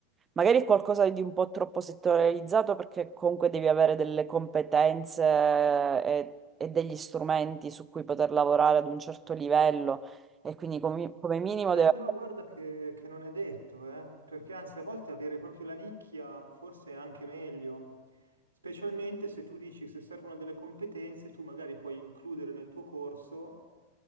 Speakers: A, on the right; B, on the right.
A: magari è qualcosa di un po' troppo settorializzato perché comunque devi avere delle competenze e, e degli strumenti su cui poter lavorare ad un certo livello e quindi come, come minimo
B: Beh,
A: deve...
B: però guarda che, che non è detto, eh, Perché anzi a volte avere proprio la nicchia forse è anche meglio, specialmente se tu dici se servono delle competenze, tu magari puoi includere nel tuo corso